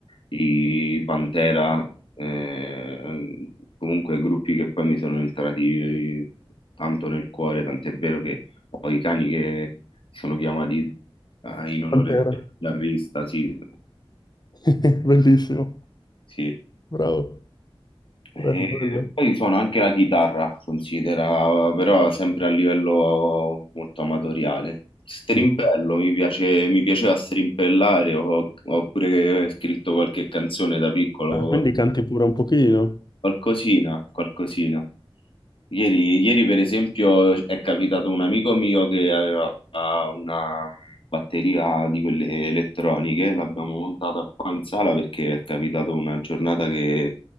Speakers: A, on the left; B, on the left.
A: i Pantera, eh, comunque gruppi che poi mi sono entrati eh, tanto nel cuore, tant'è vero che ho i cani che sono chiamati eh, in onore
B: Pantera.
A: del chitarrista, sì.
B: <laughs> Bellissimo,
A: Sì.
B: bravo,
A: E
B: bello, bello.
A: poi suono anche la chitarra, considera, però sempre a livello molto amatoriale. Strimpello,
B: Sì,
A: mi piace, mi piaceva strimpellare, ho, ho pure scritto qualche canzone da piccolo,
B: Ah, quindi canti pure un pochino.
A: qualcosina, qualcosina. Ieri, ieri, per esempio, è capitato un amico mio che aveva una batteria di quelle elettroniche, l'abbiamo montata qua in sala perché è capitato una giornata che